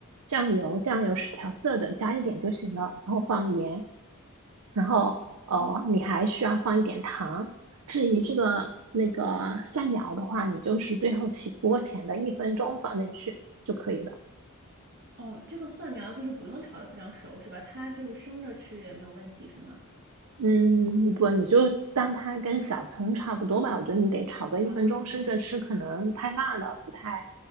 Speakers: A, on the right (about 80°); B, on the right (about 50°).
A: 酱油，酱油是调色的，加一点就行了。然后放盐，然后哦，
B: 哦
A: 你还需要放一点糖。至于这个那个蒜苗的话，你就是最后起锅前的一分钟放进去就可以了。
B: 哦，这个蒜苗就是不用炒的，非常熟是吧？它就是生着吃也没有问题是吗？
A: 嗯，不，你就当它跟小葱差不多吧。我觉得你得炒个一分钟，
B: 啊，
A: 生着吃可能太辣了，不太